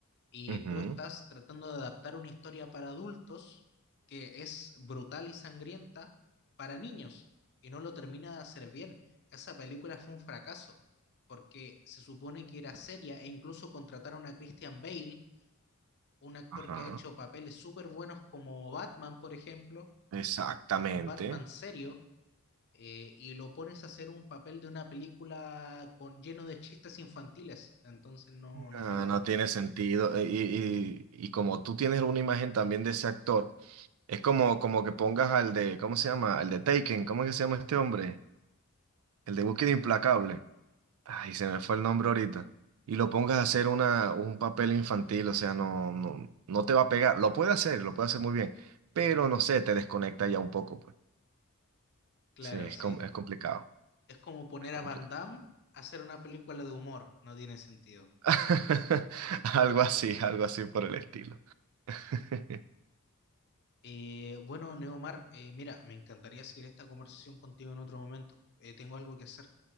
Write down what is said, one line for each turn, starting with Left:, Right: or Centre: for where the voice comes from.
Left: y
Right: Ujú,
Left: tú estás tratando de adaptar una historia para adultos que es brutal y sangrienta para niños y no lo termina de hacer bien. Esa película fue un fracaso porque se supone que era seria e incluso contrataron a Christian Bale, un actor
Right: Ajá.
Left: que ha hecho papeles súper buenos como Batman, por ejemplo,
Right: Exactamente.
Left: un Batman serio eh, y lo pones a hacer un papel de una película con lleno de chistes infantiles, entonces no,
Right: No,
Left: no pega.
Right: no tiene sentido. Eh, Y, y, y como tú tienes una imagen también de ese actor. Es como, como que pongas al de, ¿cómo se llama? Al de Taken, ¿cómo es que se llama este hombre? El de Búsqueda Implacable. Ay, se me fue el nombre ahorita. Y lo pongas a hacer una, un papel infantil, o sea, no, no, no te va a pegar. Lo puede hacer, lo puede hacer muy bien, pero no sé, te desconecta ya un poco, pues.
Left: Claro,
Right: Sí, es,
Left: sí.
Right: com- es complicado,
Left: Es como poner
Right: es complicado.
Left: a Van Damme a hacer una película de humor, no tiene sentido.
Right: <laughs> Algo así, algo así por el estilo. <laughs>
Left: Eh, bueno, Neomar, eh, mira, me encantaría seguir esta conversación contigo en otro momento. Eh, tengo algo que hacer,